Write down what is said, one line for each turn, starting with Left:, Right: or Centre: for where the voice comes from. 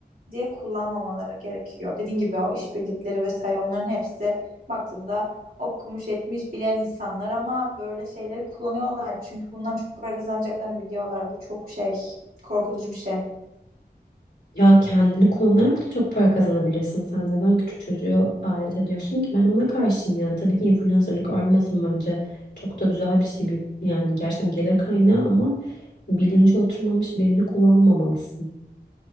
Right: diye kullanmamaları gerekiyor. Dediğin gibi o işbirlikleri vesaire onların hepsi baktığında okumuş etmiş bilen insanlar ama böyle şeyleri kullanıyorlar çünkü bundan çok para kazanacaklarını biliyorlar. Bu çok şey korkutucu bir şey.
Left: Ya kendini kullanarak da çok para kazanabilirsin. Sen neden küçük çocuğu alet ediyorsun ki? Ben ona karşıyım yani. Tabii ki influencerlık ölmesin bence. Çok da güzel bir şey. bir- Yani gerçekten gelir kaynağı ama bilinci oturmamış birini kullanmamalısın.